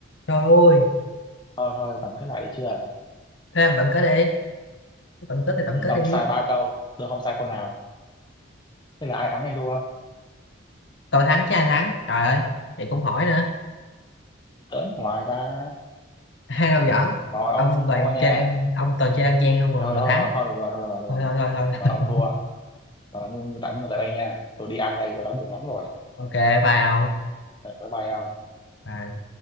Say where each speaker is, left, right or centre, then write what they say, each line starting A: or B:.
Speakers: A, on the left; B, on the left.
A: trời ơi
B: thôi thôi tổng kết lại được chưa
A: thế làm tổng kết đi tổng kết thì tổng
B: ừ,
A: kết
B: ông
A: đi
B: sai ba câu tôi không sai câu nào thế là ai thắng hay thua
A: tôi thắng chứ ai thắng trời ơi thì cũng hỏi nữa
B: tớn hoài ba
A: hai đâu giỡn
B: rồi
A: ông
B: ông
A: toàn
B: thua nha
A: chơi ăn ông toàn chơi ăn gian không mà
B: thôi
A: được
B: thôi
A: thắng
B: thôi thôi được rồi thôi rồi được
A: thôi
B: rồi
A: thôi thôi thôi
B: rồi ông thua
A: <laughs>
B: rồi ngưng tạm ngưng tại đây nha tôi đi ăn đây tôi đói bụng lắm rồi
A: ok bye ông
B: Ờ, bye bye ông
A: Bye.